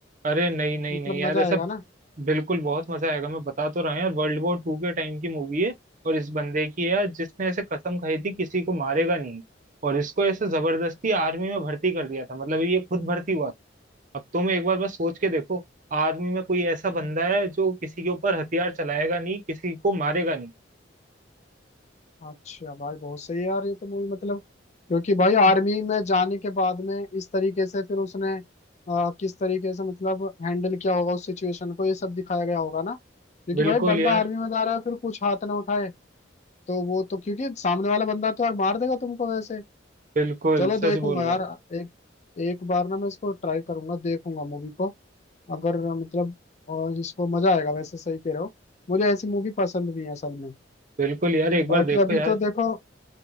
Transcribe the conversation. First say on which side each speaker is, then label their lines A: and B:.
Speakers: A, on the right; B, on the left.
A: अरे नहीं नहीं
B: मतलब
A: नहीं यार
B: मजा
A: ऐसा
B: आएगा ना
A: बिल्कुल बहुत मजा आएगा मैं बता तो रहा हूँ यार वर्ल्ड वॉर टू के टाइम की मूवी है और इस बंदे की है यार जिसने ऐसे कसम खाई थी किसी को मारेगा नहीं और इसको ऐसे जबरदस्ती आर्मी में भर्ती कर दिया था मतलब ये खुद भर्ती हुआ था अब तुम एक बार बस सोच के देखो आर्मी में कोई ऐसा बंदा है जो किसी के ऊपर हथियार चलाएगा नहीं किसी को मारेगा नहीं
B: अच्छा भाई बहुत सही है यार ये तो मूवी मतलब क्योंकि भाई आर्मी में जाने के बाद में इस तरीके से फिर उसने अ, किस तरीके से मतलब हैंडल किया होगा उस सिचुएशन को ये सब दिखाया गया होगा ना क्योंकि
A: बिल्कुल
B: भाई बंदा
A: यार
B: आर्मी में जा रहा है फिर कुछ हाथ ना उठाए तो वो तो क्योंकि सामने वाला बंदा तो यार मार देगा तुमको वैसे
A: बिल्कुल
B: चलो देखूंगा
A: सच बोल रहे
B: यार
A: हो
B: एक एक बार ना मैं इसको ट्राई करूंगा देखूंगा मूवी को अगर मतलब और इसको मजा आएगा वैसे सही कह रहे हो मुझे ऐसी मूवी पसंद भी है असल में
A: बिल्कुल यार एक
B: बाकी
A: बार देखो
B: अभी
A: यार
B: तो देखो